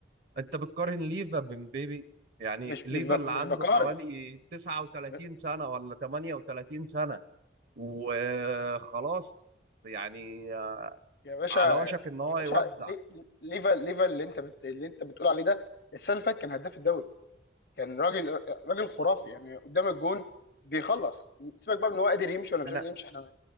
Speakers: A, on the right (about 55°); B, on the left (about 55°).
A: انت بتقارن ليفا بمبابي يعني
B: مش
A: ليفا
B: مش بق...
A: اللي
B: مش
A: عنده
B: بقارن
A: حوالي 39
B: ب-
A: سنة ولا 38 سنة وخلاص يعني
B: يا باشا
A: على وشك ان هو
B: يا باشا
A: يودع
B: لي- ليفا ليفا اللي انت بت... اللي انت بتقول عليه ده السنه اللي فاتت كان هداف الدوري كان راجل راجل خرافي يعني قدام الجون بيخلص سيبك بقى من هو قادر يمشي ولا مش
A: انا
B: قادر يمشي احنا